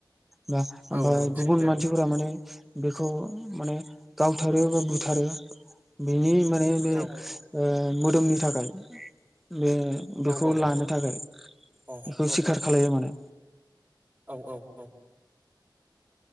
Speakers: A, in the centre; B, on the right.
A: बा ओमफाय
B: औ नों
A: गुबुन
B: सैथो
A: मानसिफोरा माने बेखौ माने गावथारो बा बुथारो बेनि मा बे बे
B: औ
A: ओ मोदोमनि थाखाय बे बेखौ
B: औ औ
A: लानो
B: औ
A: थाखाय
B: औ
A: बेखौ
B: औ
A: सिखार खालायो माने
B: औ औ औ